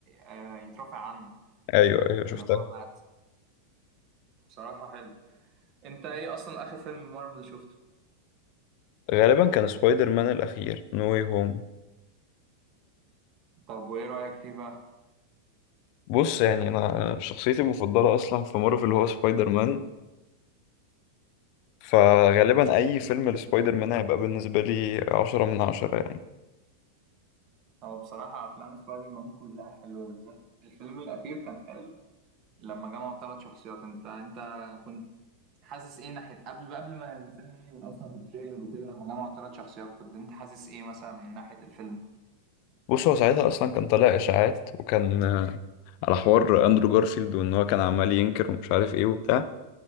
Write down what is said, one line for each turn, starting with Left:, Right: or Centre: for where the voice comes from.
Right: آه، يترافع عنه
Left: ايوه ايوه شفتها
Right: اللي هو مات بصراحة حلو انت ايه اصلا اخر فيلم مارفل شفته
Left: غالبا كان سبايدر مان الاخير نو واي هوم
Right: طب وايه رأيك فيه بقى
Left: بص يعني انا شخصيتي المفضلة اصلا في مارفل هو سبايدر مان فغالبا اي فيلم لسبايدر مان هيبقى بالنسبة لي عشرة من عشرة يعني
Right: هو بصراحة افلام سبايدر مان كلها حلوة بالذات الفيلم الأخير كان حلو لما جمعوا ثلاث شخصيات انت انت كنت حاسس ايه ناحية قبل قبل ما الفيلم ينزل اصلا في التريلر وكده لما جمعوا ثلاث شخصيات كنت انت حاسس ايه مثلا من ناحية الفيلم
Left: بص هو ساعتها اصلا كان طالع اشاعات وكان آه، على حوار اندرو جارفيلد وان هو كان عمال ينكر ومش عارف ايه وبتاع